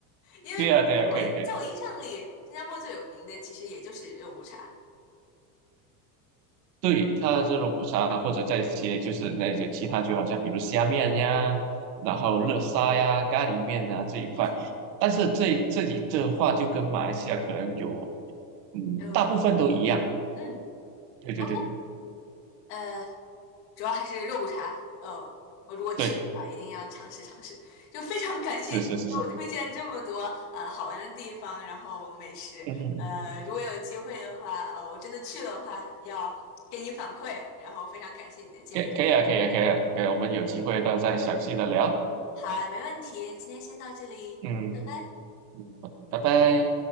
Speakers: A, on the left; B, on the right.
A: 因为在我在我印象里，
B: 对呀，对呀，可以，可以。
A: 新加坡最有名的其实也就是肉骨茶。
B: 对，它是肉骨茶，或者再些就是那些其他，就好像比如虾面呀，然后热沙呀、咖喱面啊这一块。
A: 嗯哼，
B: 但是这这里的话，就跟马来西亚可能有，嗯，
A: 有重叠。
B: 大部分都一样。
A: 嗯
B: 对对对。
A: ，OK，呃，主要还是肉骨茶。哦，我如果去的话，
B: 对，
A: 一定要尝试尝试。就非常感谢你能给我推荐这么多呃好玩的地方，
B: 是是是是，
A: 然后美食。
B: 嗯嗯嗯，
A: 呃，如果有机会的话，呃，我真的去了的话，要给你反馈。然后非常感谢你的建议。
B: 可以可以啊，可以啊，可以啊，可以啊，我们有机会到再详细的聊。
A: 好啊，没问题，今天先到这里，
B: 嗯
A: 拜拜。
B: 嗯，拜拜。